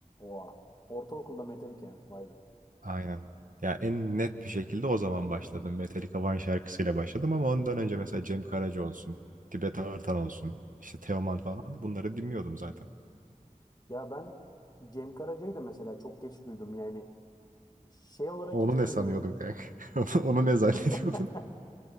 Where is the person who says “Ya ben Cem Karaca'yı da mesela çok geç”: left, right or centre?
Left